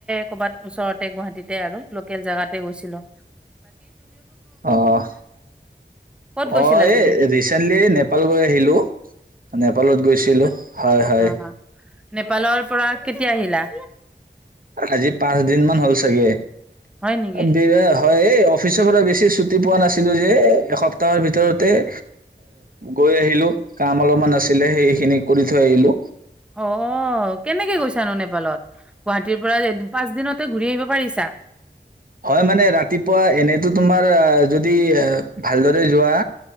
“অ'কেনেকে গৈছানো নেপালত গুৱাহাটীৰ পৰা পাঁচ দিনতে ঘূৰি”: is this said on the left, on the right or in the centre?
Centre